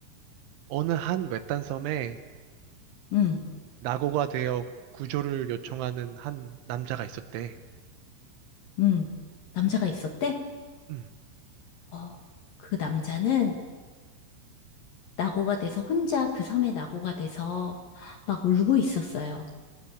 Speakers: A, on the right; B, on the left.
A: 어느 한 외딴 섬에
B: 응,
A: 낙오가 되어 구조를 요청하는 한 남자가 있었대.
B: 응. 남자가 있었대?
A: 음,
B: 어, 그 남자는 낙오가 돼서 혼자 그 섬에 낙오가 돼서 막 울고 있었어요.